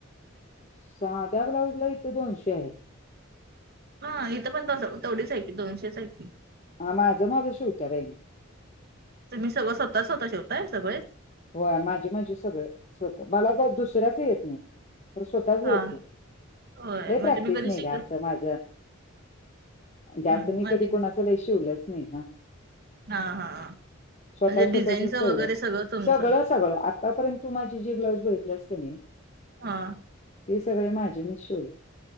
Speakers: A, on the left; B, on the right.
A: साध्या ब्लाउज ला इथं दोनशे आहे
B: ह इथं पण तेवढी सायक दोनशे सायकल
A: ह माझं माझं शेवत्या राहिणे
B: तुम्ही सगळ स्वतः स्वतः शेवय सळेच
A: होय माझे माझे सगळं स्वत मला दुसऱ्याच येत नाही तर स्वतःच येते
B: हा होय
A: प्रॅक्टिस
B: मग तुम्ही कधी
A: नाही
B: शिक
A: ग असं माझ जास्त
B: हम्म
A: मी
B: म्हणजे
A: कधी कोणाच काय शिवलंच नाही ना
B: हा हा म्हणजे
A: स्वतः स्वतःचच
B: डिझाईनचं
A: तेवढं.
B: वगैरे सगळं तुमचं
A: सगळं सगळं आतापर्यंत तू माझी जे ब्लाऊज बघितलीस की नाही
B: हा
A: ते सगळे माझे मी शिवले